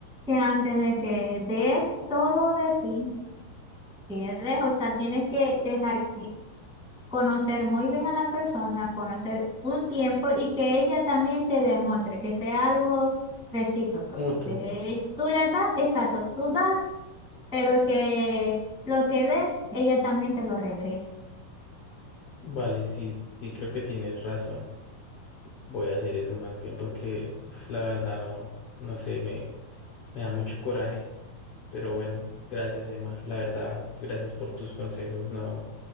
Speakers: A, in the centre; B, on the left (about 65°).
A: que antes de que des todo de ti, que des, o sea, tienes que dejar conocer muy bien a la persona, conocer un tiempo y que ella también te demuestre que sea algo recíproco,
B: Mutuo,
A: que e- tú le das, exacto, tú das, pero que lo que des, ella también te lo regrese.
B: vale, sí, sí creo que tienes razón, voy a hacer eso más bien porque uf, la verdad no, no sé, me, me da mucho coraje. Pero bueno, gracias Emma, la verdad, gracias por tus consejos. No,